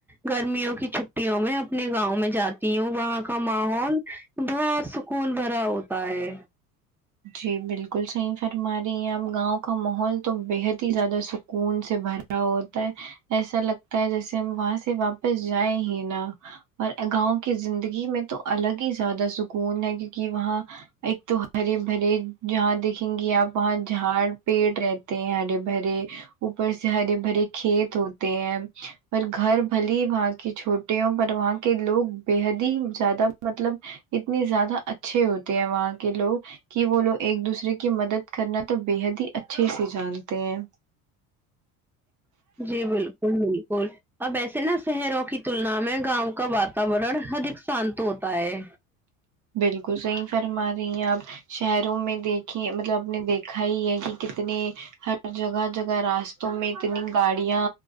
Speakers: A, in the centre; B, on the right.
A: گرمیوں کی چھٹیوں میں اپنے گاؤں میں جاتی ہوں وہاں کا ماحول بہت سکون بھرا ہوتا ہے
B: جی بالکل صحیح فرما رہی ہیں آپ گاؤں کا ماحول تو بےحد ہی زیادہ سکون سے بھر ا ہوتا ہے ایسا لگتا ہے جیسے ہم وہاں سے واپس جائیں ہی نا اور گاؤں کی زندگی میں تو الگ ہی زیادہ سکون ہے کیون کی وہاں ایک تو ہرے بھرے جہاں دیکھیں گی آپ وہاں جھاڑ پیڑ رہتے ہیں ہرے بھرے اوپر سے ہرے بھرے کھیت ہوتے ہیں پر گھر بھلے وہاں کے چھوٹے ہو پر وہاں کے لوگ بےحد ہی زیادہ مطلب اتنے زیادہ اچھے ہوتے ہیں وہاں کے لوگ کی وہ لوگ ایک دوسرے کی مدد کرنا تو بےحد ہی اچھے سے جانتے ہیں
A: جی بالکل بالکل اب ایسے نا شہروں کی تلنا میں گاؤں کا واتاورن ادھک سانت ہوتا ہے
B: بالکل صحیح فرما رہی ہیں آپ شہروں میں دیکھین مطلب آپ نے دیکھا ہی ہے کی کتنے ہر جگہ جگہ راستوں میں اتنی گاڑیاں